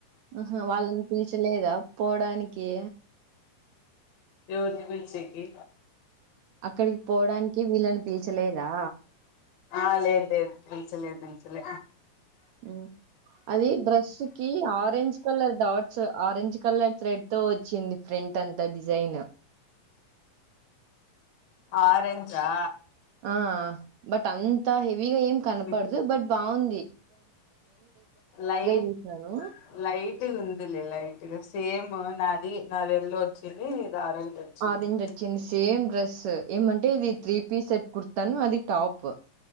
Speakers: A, on the right; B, on the left.
A: ఆహా వాళ్ళని పీల్చలేదా పోవడానికి
B: ఎవరిని పిల్చికి
A: అక్కడికి పోవడానికి వీళ్ళని పీల్చలేదా
B: ఆ లేదు లేదు పీల్చల పీల్చల
A: ఉమ్. అది డ్రెస్ కి orange colour dots orange colour thread తో వచ్చింది ఫ్రెంట్ అంతా డిజైన్
B: ఆరెంజా
A: ఆ బట్ అంత హెవిగా ఏం కనపడదు
B: ఆ
A: బట్ బాగుంది
B: లైట్
A: జూసినాను.
B: లైట్ కుందిలేలైట్ ఇక సేమ్ నాది నాది ఎల్లో వచ్చింది నీది ఆరెంజ్ వచ్చింది
A: ఆరెంజొచ్చింది సేమ్ డ్రెస్ ఏమంటే ఇది త్రీ పీస్ సెట్ కుర్తాను అది టాప్